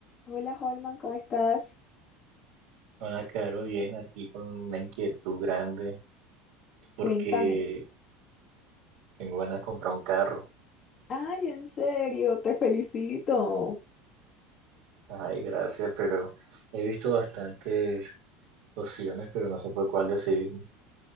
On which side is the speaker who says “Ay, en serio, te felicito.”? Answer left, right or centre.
Left